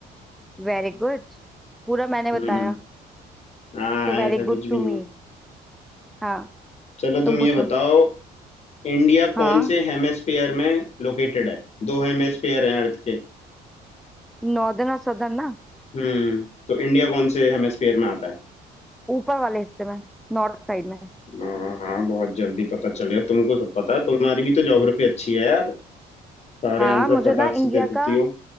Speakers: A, in the centre; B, on the left.
A: वेरी गुड पूरा मैंने
B: हम्म
A: बताया
B: हाँ
A: तो वेरी
B: ऐसा कुछ
A: गुड
B: भी
A: टू
B: नहीं
A: मी
B: है
A: हाँ
B: चलो तुम
A: तुम पूछो
B: ये बताओ इंडिया
A: हाँ
B: कौन से हेमेस्फेयर में लोकेटेड है दो हेमेस्फेयर हैं अर्थ के
A: नॉर्दर्न और सदर्न ना
B: हम्म तो इंडिया कौन से हेमेस्फेयर में आता है
A: ऊपर वाले हिस्से में नॉर्थ साइड में
B: हाँ हाँ बहुत जल्दी पता चल गया तुमको सब पता है तुम्हारी भी तो ज्योग्राफी अच्छी है यार सारे
A: हाँ
B: आंसर
A: मुझे
B: फटाक
A: ना
B: से
A: इंडिया
B: दे देती
A: का
B: हो